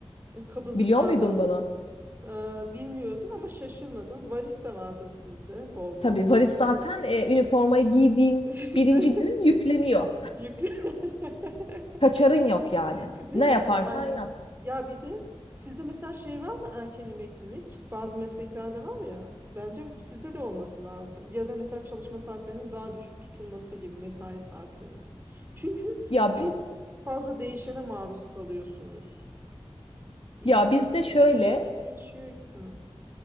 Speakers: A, on the right (about 20°); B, on the left (about 65°).
A: E, kabızlık
B: Biliyor
A: vardı
B: muydun bunu?
A: e, bilmiyordum ama şaşırmadım. Varis de vardı sizde bol
B: Tabii
A: bol.
B: varis zaten e, üniformayı giydiğin
A: <laughs> İşte
B: birinci gün yükleniyor.
A: Yüklü. <laughs>
B: Kaçarın yok yani.
A: Yok, Değil
B: Ne
A: mi?
B: yaparsan
A: Aynen.
B: yap.
A: Ya bir de sizde mesela şey var mı erken emeklilik? Bazı mesleklerde var ya. Bence sizde de olması lazım. Ya da mesela çalışma saatlerinin daha düşük tutulması gibi mesai saatlerinin. Çünkü
B: Ya
A: çok
B: bi-
A: fazla değişene maruz kalıyorsunuz. İklim
B: ya bizde
A: değişiyor,
B: şöyle
A: şey değişiyor. Hı.